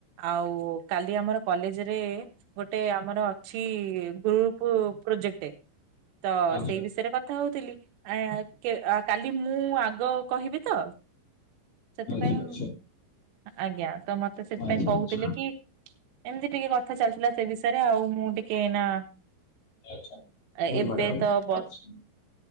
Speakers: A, on the right; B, on the left.
A: ଆଉ କାଲି ଆମର କଲେଜରେ ଗୋଟେ ଆମର ଅଛି ଗ୍ରୁପ ପ୍ରୋଜେକ୍ଟ। ତ
B: ଆଚ୍ଛା
A: ସେଇ ବିଷୟରେ କଥା ହଉଥିଲି। ଆ କେ କାଲି ମୁଁ ମୁଁ ଆଗ କହିବି ତ ସେଥିପାଇଁ,
B: ଆଚ୍ଛା ଆଚ୍ଛା
A: ଆଜ୍ଞା ତ ମତେ ସେଥିପାଇଁ
B: ଆଚ୍ଛା
A: କହୁଥିଲେ
B: ଆଚ୍ଛା
A: କି ଏମତି ଟିକେ କଥା ଚାଲିଥିଲା ସେ ବିଷୟରେ ଆଉ। ମୁଁ ଟିକେ ଏଇନା
B: ଆଚ୍ଛା।
A: ଏ-ଏବେ
B: ବଢିଆ
A: ତ ବ
B: ଆଚ୍ଛା